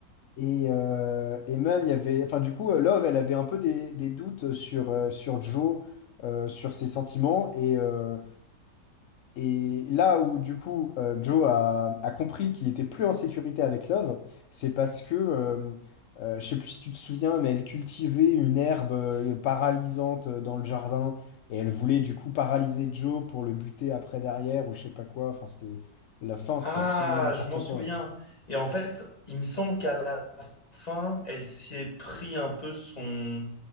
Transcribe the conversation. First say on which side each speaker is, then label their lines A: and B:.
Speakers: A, on the left; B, on the left.
A: et, euh, et même il y avait, enfin du coup euh, Love elle avait un peu des, des doutes sur, euh, sur Joe, euh, sur ses sentiments et euh, Et là où du coup euh, Joe a, a compris qu'il était plus en sécurité avec Love, c'est parce que, euh, euh, je sais plus si tu te souviens, mais elle cultivait une herbe euh, paralysante euh, dans le jardin et elle voulait du coup paralyser Joe pour le buter après derrière ou je sais pas quoi. Enfin, c'était la fin, c'était
B: Ah,
A: absolument n'importe
B: je m'en souviens.
A: quoi.
B: Et en fait, il me semble qu'à la fin, elle s'est pris un peu son...